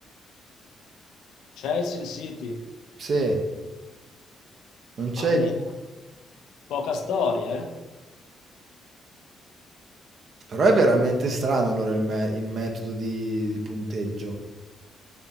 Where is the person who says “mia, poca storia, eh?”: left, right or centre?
Left